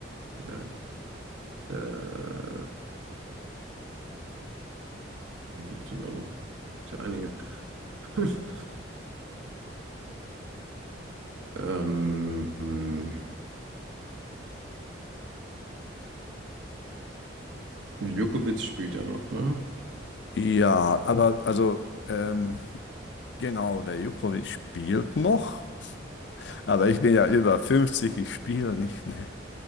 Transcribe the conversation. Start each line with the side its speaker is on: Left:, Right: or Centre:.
Right: Nein. Äh, gibt es denn da noch? Gibt's ja einige. <laughs> Ähm, ähm, Djokovic spielt ja noch, ne?
Left: Ja, aber also, ähm, genau, der Jukovic spielt noch, aber ich bin ja über fünfzig. ich spiele nicht mehr.